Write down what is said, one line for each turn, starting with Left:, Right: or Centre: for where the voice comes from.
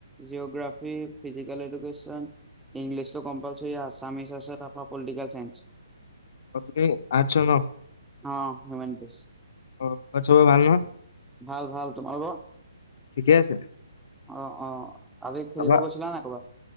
Centre: geography physical education English টো কম্পালসৰি আছামিছ আছে তাপা পলিটিকেল চাইন্স
Left: অ তুমি আছ ন
Centre: অ' হিউমেনিটিজ।
Left: অ' খ চব ভাল ন
Centre: ভাল ভাল তোমাৰোকৰ
Left: ঠিকে আছে।
Centre: অ অ আজি খেলিব
Left: তাৰপা
Centre: গৈছিলা নাই ক'ৰবাত?